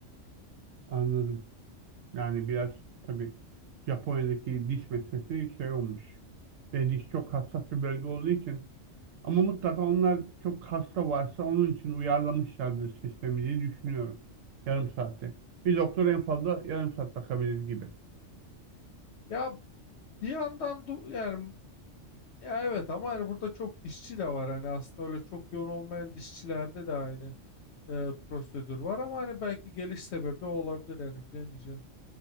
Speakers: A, on the right (about 80°); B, on the left (about 65°).
A: Anladım. Yani biraz tabii Japonya'daki diş meselesi şey olmuş. Ve diş çok hassas bir bölge olduğu için. Ama mutlaka onlar çok hasta varsa onun için uyarlamışlardır sistemi diye düşünüyorum. Yarım saatte Bir doktor en fazla yarım saat bakabilir gibi.
B: Ya bir yandan du- yani ya evet ama hani burada çok işçi de var hani aslında öyle çok yoğun olmayan dişçilerde de aynı eee, prosedür var ama hani belki geliş sebebi o olabilir yani bilemeyeceğim.